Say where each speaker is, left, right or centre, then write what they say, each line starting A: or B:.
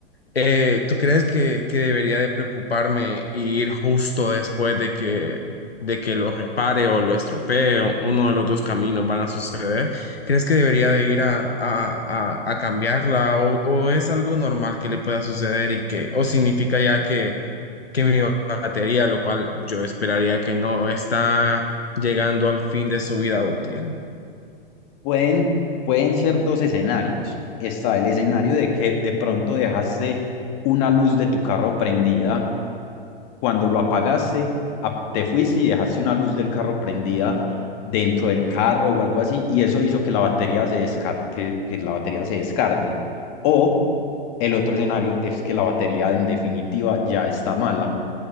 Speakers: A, on the left; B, on the left.
A: eh, ¿tú crees que, que debería de preocuparme y ir justo después de que, de que lo repare o lo estropee, o uno de los dos caminos van a suceder? ¿Crees que debería de ir a, a, a, a cambiarla o, o es algo normal que le pueda suceder y que, o significa ya que que mi batería, lo cual yo esperaría que no está llegando al fin de su vida útil.
B: pueden, pueden ser dos escenarios. Está el escenario de que de pronto dejaste una luz de tu carro prendida. Cuando lo apagaste, ap- te fuiste y dejaste una luz del carro prendida dentro del carro o algo así, y eso hizo que la batería se desca- que, que la batería se descargue. O el otro escenario es que la batería en definitiva ya está mala.